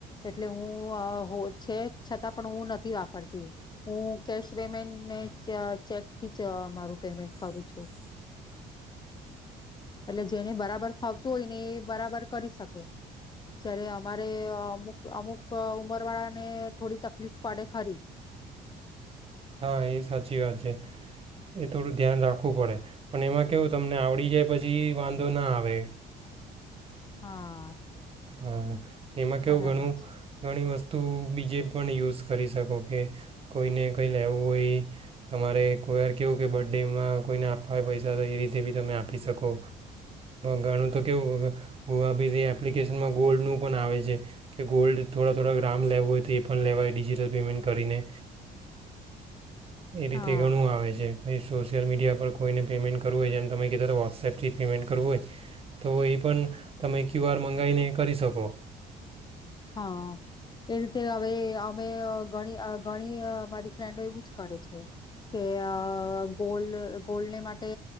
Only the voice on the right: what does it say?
હા એ સાચી વાત છે એ થોડું ધ્યાન રાખવું પડે પણ એમાં કેવું તમને આવડી જાય પછી વાંધો ના આવે.
હમ. એમાં કેવું
ઘણું
ઘણી વસ્તુ બીજે પણ યુઝ કરી શકો કે કોઈને કંઈ લેવું હોય તમારે કોઈ વાર કેવું કે બર્થ ડેમાં કોઈને આપવા હોય પૈસા તો એ રીતે બી તમે આપી શકો ઘણું તો કેવું ગુવા બીથી આપ એપ્લિકેશનમાં ગોલ્ડનું પણ આવે છે કે ગોલ્ડ થોડા થોડા ગ્રામ લેવો હોય તો એ પણ લેવાય ડિજિટલ પેમેન્ટ કરીને એ રીતે
ઘણું આવે છે. ભછ સોશિયલ મીડિયા પર કોઈને પેમેન્ટ કરવું હોય જેમ તમે કીધા વોટ્સએપથી પેમેન્ટ કરવું હોય તો એ પણ તમે ક્યુ આર મંગાવીને કરી શકો.